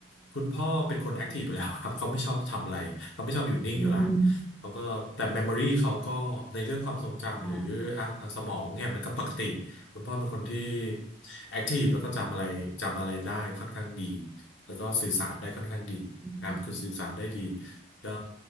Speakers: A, on the left; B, in the centre.
A: คุณพ่อเป็นคนแอคทีฟอยู่แล้วครับ <laughs> เขาไม่ชอบทำอะไรเขาไม่ชอบอยู่นิ่งอยู่ละ
B: ม
A: เขาก็แต่เมมโมรี่เขาก็ในเรื่องความทรงจำหรืออ่ะสมองเนี่ยมันก็ปกติ
B: อ๋อ
A: คุณพ่อเป็นคนที่แอคทีฟแล้วก็จำอะไรจำอะไรได้ค่อนข้างดีแล้วก็สื่อสารได้ค่อนข้างดีนะครับคือสื่อสารได้ดี
B: อืม
A: ก็